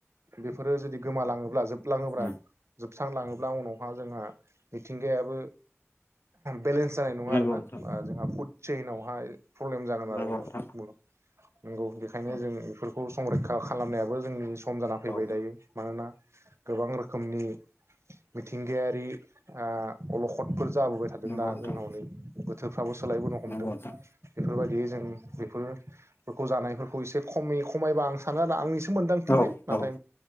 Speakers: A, on the right (about 65°); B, on the left (about 50°).
A: बेफोरो जुदि गोमालाङोब्ला जोब लाङोब्रा
B: उम
A: जोब स्रांलाङोब्ला उनावहा जोंहा मिथिंगायाबो बेलेन्स जानाय नङा
B: नंगौ
A: आरोना
B: नोंथां
A: आ जोंहा फुद चैनावहाय प्रब्लेम जागोन
B: नंगौ
A: आरो उनाव
B: नोंथां
A: बुं नंगौ बेखायनो
B: औ
A: जों बेफोरखौ संरैखा खालामनायाबो जोंनि खम जाना फैबाय
B: औ
A: दायो मानोना गोबां रोखोमनि मिथिंगायारि आ अलखदफोरजों जाबोबाय थादों
B: नंगौ
A: दा
B: नोंथां
A: जोंनाव नै फ्राबो सोलायबोनो हमदों
B: नंगौ
A: बेफोरबायदि
B: नोंथां
A: बेै जों बेफोरखौ जानायफोरखौ एसे खमै खम खमायबा आं सानो आरो आंनिसो मोन्दांथि
B: औ
A: बे नाथाय
B: औ